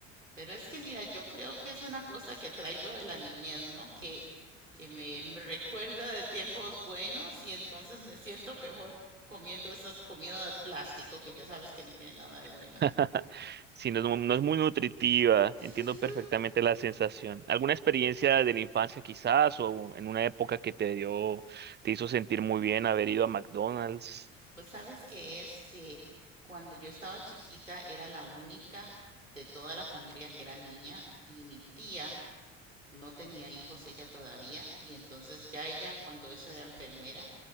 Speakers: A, on the right; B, on the right.
A: Pero es que mira, yo creo que es una cosa que traigo de la niñez, ¿no? Que, que me, me recuerda de tiempos buenos y entonces me siento mejor comiendo esa comida de plástico que ya sabes que no tiene nada de bueno.
B: <laughs> Si no, es mu- no es muy nutritiva,
A: <laughs>
B: entiendo perfectamente la sensación. ¿Alguna experiencia de la infancia quizás o en una época que te dio, te hizo sentir muy bien haber ido a McDonald's?
A: Pues sabes que es que cuando yo estaba chiquita era la única de toda la familia que era niña y mi tía no tenía hijos ella todavía y entonces ya ella cuando eso era enfermera